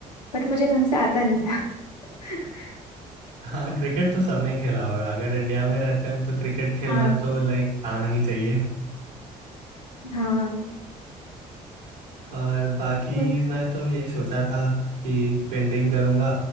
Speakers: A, on the left; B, on the right.
A: बट मुझे ढंग से आता नहीं था <laughs>
B: हाँ क्रिकेट तो सबने खेला होगा अगर इंडिया में रहते हैं तो क्रिकेट खेलना
A: हाँ
B: तो लाइक आना ही चाहिए
A: हाँ
B: और बाकी
A: वो
B: मैं तो यही सोचा था कि पेंटिंग करूँगा